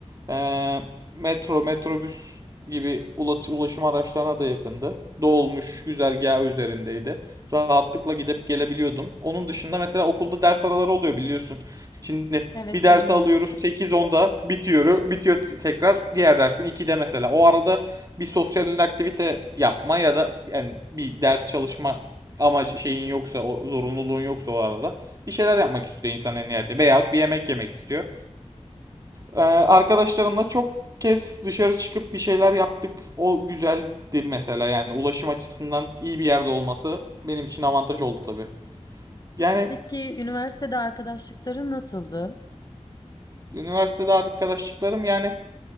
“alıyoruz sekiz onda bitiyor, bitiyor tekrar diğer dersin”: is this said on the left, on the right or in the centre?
Right